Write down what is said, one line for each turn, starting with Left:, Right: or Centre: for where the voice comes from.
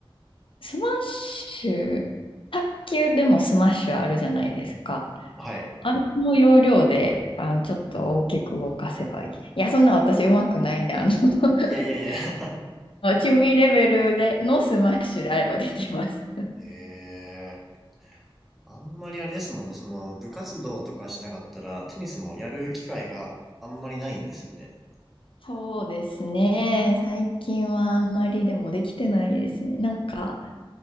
Left: スマッシュ、卓球でもスマッシュあるじゃないですか。
Centre: はい。
Left: あの要領で、あの、ちょっと大きく動かせばいい。いや、そんな私うまくないな。あの <laughs>
Centre: いやいやいや <laughs>
Left: 趣味レベルでのスマッシュであればできます。
Centre: ええあんまりあれですもんね。その部活動とかしなかったらテニスもやる機会があんまりないんですよね。
Left: そうですね。最近はあんまりでもできてないですね。なんか、